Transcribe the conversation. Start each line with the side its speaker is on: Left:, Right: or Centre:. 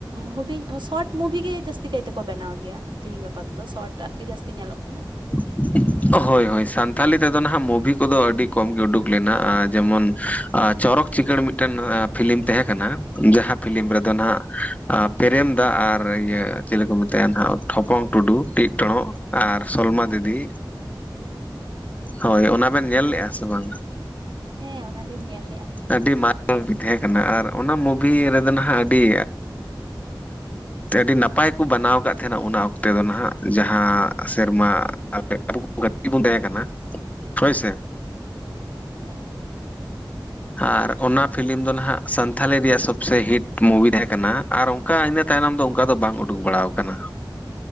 Right: ᱦᱩᱰᱤᱧ ᱥᱚᱨᱴ ᱢᱩᱵᱷᱤ ᱜᱮ ᱡᱟᱹᱥᱛᱤ ᱠᱟᱭ ᱛᱮ ᱠᱚ ᱵᱮᱱᱟᱣ ᱜᱮᱭᱟ, ᱛᱤᱦᱤᱧ ᱜᱟᱯᱟ ᱛᱮᱫᱚ ᱥᱚᱨᱴ ᱟᱜ ᱜᱮ ᱡᱟᱹᱥᱛᱤ ᱧᱮᱞᱚᱜ ᱠᱟᱱᱟ᱾
Left: <inaudible> ᱦᱳᱭ ᱦᱳᱭ ᱥᱟᱱᱛᱷᱟᱞᱤ ᱛᱮᱫᱚ ᱱᱟᱦᱟᱜ ᱢᱩᱵᱷᱤ ᱠᱚᱫᱚ ᱟᱹᱰᱤ ᱠᱚᱢ ᱜᱮ ᱩᱰᱩᱠ ᱞᱮᱱᱟ ᱡᱮᱢᱚᱱ ᱪᱚᱨᱚᱠ ᱪᱤᱠᱟᱹᱲ ᱢᱤᱫᱴᱮᱱ ᱯᱷᱤᱞᱤᱢ ᱛᱟᱦᱮᱸ ᱠᱟᱱᱟ ᱡᱟᱦᱟᱸ ᱯᱷᱤᱞᱤᱢ
Right: ᱦᱮᱸ
Left: ᱨᱮᱫᱚ ᱦᱟᱸᱜ ᱯᱮᱨᱮᱢ ᱫᱟᱜ ᱟᱨ ᱤᱭᱟᱹ ᱪᱮᱞᱮ ᱠᱚ ᱢᱮᱛᱟᱭᱟ ᱦᱟᱸᱜ ᱴᱷᱚᱯᱚᱝ ᱴᱩᱰᱩ ᱴᱤᱜ ᱴᱚᱸᱲᱚᱜ᱾
Right: ᱦᱮᱸ
Left: ᱟᱨ ᱥᱚᱞᱢᱟ ᱫᱤᱫᱤ,
Right: ᱦᱮᱸ
Left: ᱦᱳᱭ ᱚᱱᱟ ᱵᱮᱱ ᱧᱮᱞ ᱞᱮᱫᱼᱟ ᱥᱮ ᱵᱟᱝᱟ?
Right: ᱦᱮᱸ ᱚᱱᱟᱞᱤᱧ ᱧᱮᱞ ᱞᱮᱫᱼᱟ᱾
Left: ᱟᱹᱰᱤ ᱢᱟᱨᱮ ᱢᱩᱵᱷᱤ ᱛᱟᱦᱮᱸ ᱠᱟᱱᱟ ᱟᱨ ᱚᱱᱟ ᱢᱩᱵᱷᱤ ᱨᱮᱫᱚ ᱱᱟᱦᱟᱜ ᱟᱹᱰᱤ ᱟᱹᱰᱤ ᱱᱟᱯᱟᱭ ᱠᱚ ᱵᱮᱱᱟᱣ ᱠᱟᱫ ᱛᱟᱦᱮᱱᱟ ᱚᱱᱟ ᱚᱠᱛᱮ ᱫᱚ ᱱᱟᱦᱟᱜ ᱡᱟᱦᱟᱸ ᱥᱮᱨᱢᱟ <unintelligible> ᱠᱟᱴᱤᱜ ᱵᱚᱱ ᱛᱟᱦᱮᱸ ᱠᱟᱱᱟ ᱦᱳᱭ ᱥᱮ᱾
Right: ᱦᱮᱸ᱾
Left: ᱟᱨ ᱚᱱᱟ ᱯᱷᱤᱞᱤᱢ ᱫᱚ ᱱᱟᱦᱟᱜ ᱥᱟᱱᱛᱷᱟᱞᱤ ᱨᱮᱭᱟᱜ ᱥᱚᱵᱥᱮ ᱦᱤᱴ ᱢᱩᱵᱷᱤ ᱛᱟᱦᱮᱸ ᱠᱟᱱᱟ᱾ ᱟᱨ ᱚᱱᱠᱟ ᱤᱱᱟᱹ ᱛᱟᱭᱱᱚᱢ ᱫᱚ ᱚᱱᱠᱟ ᱫᱚ ᱵᱟᱝ ᱩᱰᱩᱠ ᱵᱟᱲᱟᱣ ᱟᱠᱟᱱᱟ᱾